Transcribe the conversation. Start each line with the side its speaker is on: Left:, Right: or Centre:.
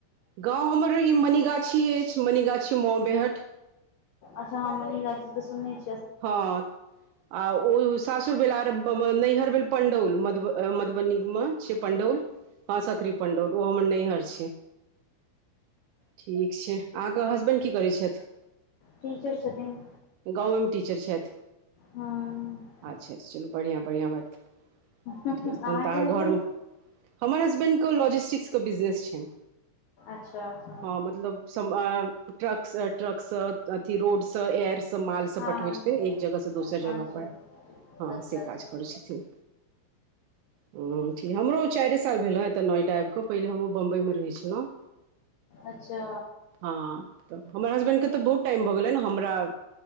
Right: गाँव हमर ई मनिगाछी अछि मनिगाछी माऊ बेहट
Left: अच्छा हँ मनीगाछी तऽ सुनने छी
Right: हँ आ ओ सासुर भेल आर नैहर भेल पण्डौल मधुब मधुबनीमे छै पण्डौल हँ सकरी पण्डौल ओ हमर नैहर छै ठीक छै अहाँके हसबैंड की करैत छथि
Left: टीचर छथिन
Right: गाँवमे टीचर छथि
Left: हँ
Right: अच्छा चलू बढ़िआँ बढ़िआँ बात
Left: अहाँके
Right: ठीक तन तऽ
Left: हसबैंड
Right: घरमे हमर हसबैंडके लॉजिस्टिक्स के बिजनेस छनि
Left: अच्छा अच्छा
Right: हँ मतलब ट्रक ट्रक से अथी रोड से एयर से माल सब
Left: हँ
Right: पठवे छै तहम एक जगह से दोसर जगह
Left: अच्छा
Right: पर अहाँ
Left: अच्छा
Right: से
Left: अच्छा
Right: काज करय छथिन ह्म ठीक हमरो ओ चारिए साल भेल ह एतऽ नोएडा आबि कऽ पहिले हमहँ बम्बइमे रहै छलहुँ
Left: अच्छा
Right: हँ तऽ हमर हसबेंड के तऽ बहुत टाइम भऽ गेले ने हमरा